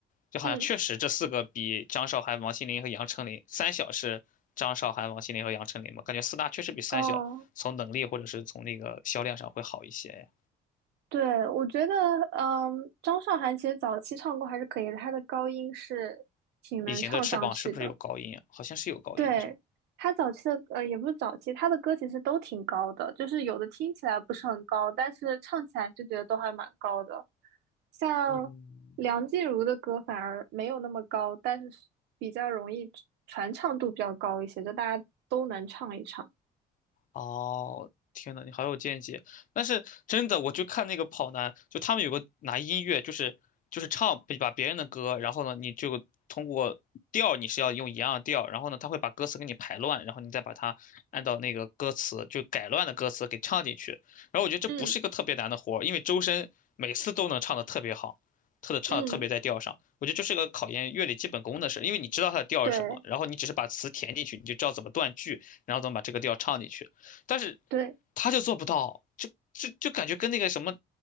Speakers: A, on the left (about 50°); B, on the right (about 80°).
A: 就好像确实这四个比张韶涵、
B: 嗯，
A: 王心凌和杨丞琳，三小是张韶涵、王心凌和杨丞琳嘛，感觉四大确实比三小从能力或者是从那个销量上会好一些。
B: 哦，对，我觉得，嗯，张韶涵其实早期唱歌还是可以的，她的高音是挺能唱上去的。
A: 隐形的翅膀是不是有高音啊？好像是有高音的，
B: 对，
A: 是吗？
B: 她早期的，呃，也不是早期，她的歌其实都挺高的，就是有的听起来不是很高，但是唱起来就觉得都还蛮高的。像梁静茹的歌反而没有那么高，
A: 嗯，
B: 但是是比较容易传唱度比较高一些，就大家都能唱一唱。
A: 哦，天呐，你好有见解！但是真的，我就看那个跑男，就他们有个拿音乐，就是就是唱把别人的歌，然后呢，你就通过调你是要用一样的调，然后呢，他会把歌词给你排乱，然后你再把它按照那个歌词就改乱的歌词给唱进去。然后我觉得这不是一个特别难的活儿因为周深每次都能唱的特别好，
B: 嗯
A: 特的唱的特别在调上。
B: 嗯，
A: 我觉得这是个考验乐理基本功的事，因为你知道它的调是什么，
B: 对
A: 然后你只是把词填进去，你就知道怎么断句，然后怎么把这个调唱进去。但是
B: 对，
A: 他就做不到，就就就感觉跟那个什么，